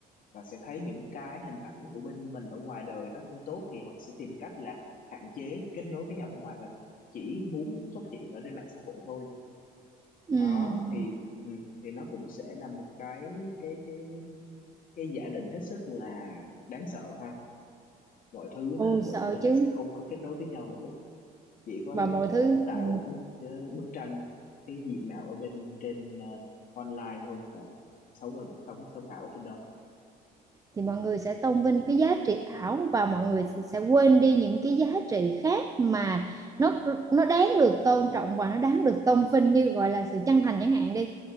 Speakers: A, on the left; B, on the right.
A: và sẽ thấy những cái hình ảnh của bên mình ở ngoài đời nó không tốt thì họ sẽ tìm cách là hạn chế kết nối với nhau ở ngoài và chỉ muốn xuất hiện ở trên mạng xã hội thôi
B: Ừm,
A: đó thì ừ, thì nó cũng sẽ là một cái cái cái cái giả định hết sức là đáng sợ ha mọi thứ
B: ôi
A: nó gần
B: sợ
A: như là
B: chứ
A: sẽ không có kết nối với nhau nữa chỉ có
B: và mọi
A: gọi
B: thứ
A: là tạo
B: Ừ.
A: cái bức ờ, bức tranh cái diện mạo ở bên trên ờ, online thôi và sống ở sống sống ảo ở trên đó
B: thì mọi người sẽ tôn vinh cái giá trị ảo và mọi người sẽ quên đi những cái giá trị khác mà nó nó đáng được tôn trọng và nó đáng được tôn vinh như gọi là sự chân thành chẳng hạn đi